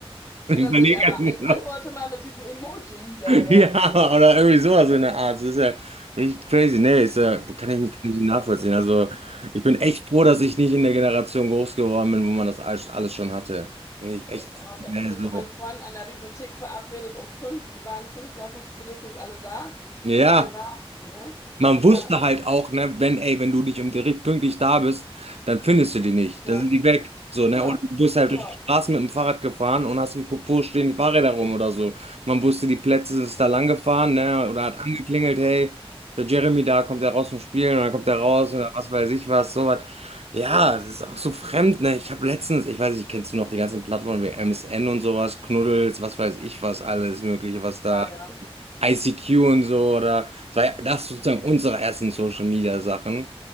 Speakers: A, on the right; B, on the left.
A: Und
B: und
A: ich
B: dann
A: überlege
B: so, ich, einfach,
A: erst
B: ich
A: noch.
B: antworte mal mit diesem Emoji hier
A: <laughs>
B: oder
A: Ja,
B: so.
A: oder irgendwie sowas in der Art. Das ist ja richtig crazy. Nee, ist ja, kann ich nicht, kann ich nicht nachvollziehen. Also ich bin echt froh, dass ich nicht in der Generation groß geworden bin, wo man das alles, alles schon hatte. Bin ich echt,
B: Ich auch.
A: nee,
B: Ich habe mich mit
A: so.
B: meinen Freunden an der Bibliothek verabredet um fünf, die waren fünf nach fünf spätestens alle da.
A: Ja.
B: Das war ein Wahnsinn, ne?
A: Man
B: Ja,
A: wusste halt auch, ne, wenn, ey, wenn du nicht um direkt pünktlich da bist, dann findest du die nicht.
B: ja,
A: Dann sind die weg. So, ne?
B: genau,
A: Oder du bist
B: genau,
A: halt durch die Straßen mit dem Fahrrad gefahren und hast geguckt, wo stehen die Fahrräder rum oder so. Man wusste, die Plätze sind da lang gefahren, ne? Oder hat angeklingelt, hey, der Jeremy da, kommt der raus zum Spielen und dann kommt der raus und was weiß ich was, sowas. Ja, das ist auch so fremd, ne? Ich habe letztens, ich weiß nicht, kennst du noch die ganzen Plattformen wie MSN und sowas, Knuddels, was weiß ich was, alles Mögliche, was da.
B: ja, ja, ja.
A: I C Q und so oder das war ja- das ist sozusagen unsere ersten Social Media Sachen.